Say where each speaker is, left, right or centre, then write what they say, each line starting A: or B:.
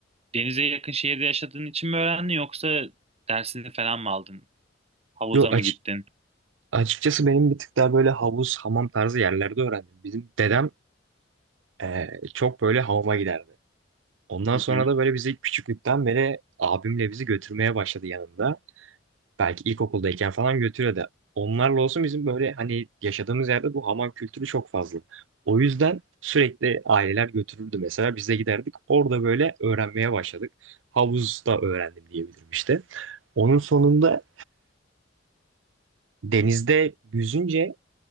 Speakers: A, on the right (about 35°); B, on the right (about 75°).
A: denize yakın şehirde yaşadığın için mi öğrendin yoksa dersini falan mı aldın? Havuza
B: Yo
A: mı
B: açık
A: gittin?
B: Açıkçası benim bir tık daha böyle havuz, hamam tarzı yerlerde öğrendim. Bizim dedem eee, çok böyle hamama giderdi. Ondan
A: Hı
B: sonra
A: hı.
B: da böyle bizi küçüklükten beri abimle bizi götürmeye başladı yanında. Belki ilkokuldayken falan götürüyordu. Onlarla olsun bizim böyle hani yaşadığımız yerde bu hamam kültürü çok fazla. O yüzden sürekli aileler götürürdü mesela biz de giderdik. Orada böyle öğrenmeye başladık. Havuzda öğrendim diyebilirim işte. Onun sonunda denizde yüzünce